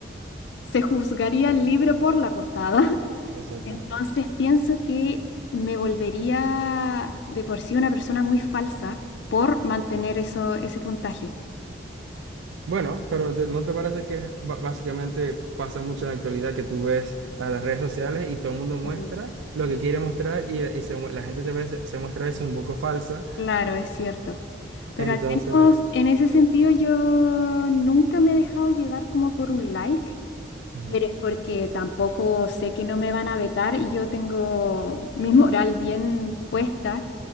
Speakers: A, on the left; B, on the right.
A: se juzgaría el libro por la portada. <laughs>
B: Exactamente.
A: Entonces pienso que me volvería de por sí una persona muy falsa por mantener eso, ese puntaje.
B: Bueno, pero te- ¿no te parece que es ba- básicamente pasa mucho en la actualidad que tú ves a las redes sociales y todo el mundo muestra
A: Mm,
B: lo que quiere mostrar y, y se mu- la gente se, ve, se, se muestra a veces un poco falsa?
A: Claro, es cierto. Pero
B: Entonces,
A: al menos en ese sentido yo nunca me he dejado llevar como por un like,
B: ujú,
A: pero es porque tampoco sé que no me van a vetar y yo tengo <laughs> mi moral bien puesta